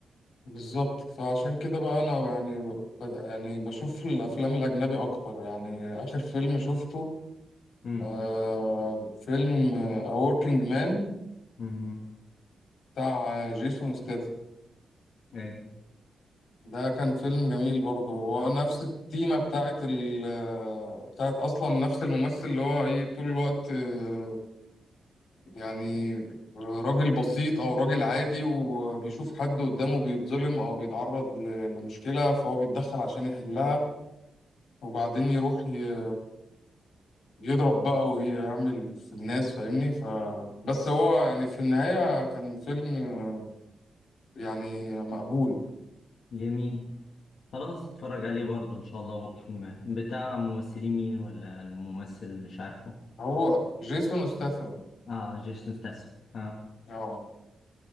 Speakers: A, on the left (about 80°); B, on the left (about 65°).
A: بالظبط فعشان كده بقى انا يعني ب- يعني بشوف الافلام الاجنبي اكتر يعني اخر فيلم شفته
B: مم.
A: آه فيلم A Working Man
B: امم
A: بتاع جيسون ستاثام
B: ايوه
A: ده كان فيلم جميل برضه هو نفس التيمة بتاعت ال بتاعت اصلا نفس الممثل اللي هو ايه طول الوقت آه، يعني راجل بسيط او راجل عادي وبيشوف حد قدامه بيتظلم او بيتعرض ل- لمشكلة فهو بيتدخل عشان يحلها وبعدين يروح ي... يضرب بقى ويعمل في الناس فاهمني ف بس هو يعني في النهاية كان فيلم يعني مقبول
B: جميل خلاص اتفرج عليه برضه ان شاء الله بكره ما بتاع ممثلين مين ولا الممثل اللي مش عارفه
A: هو جيسون ستاثام
B: اه جيسون ستاثام اه
A: اه